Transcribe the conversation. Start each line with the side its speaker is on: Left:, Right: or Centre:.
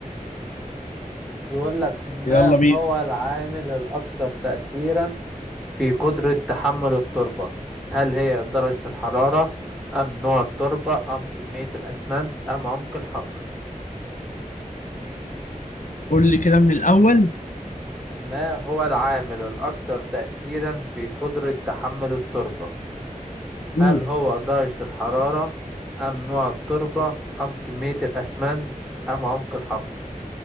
Centre: بيقول لك ما
Left: يلا بينا
Centre: هو العامل الأكثر تأثيرا في قدرة تحمل التربة هل هي درجة الحرارة أم نوع التربة أم كمية الأسمنت أم عمق الحفر
Left: قول لي كده من الاول
Centre: ما هو العامل الأكثر تأثيرا في قدرة تحمل التربة هل
Left: مم.
Centre: هو درجة الحرارة أم نوع التربة أم كمية الأسمنت أم عمق الحفر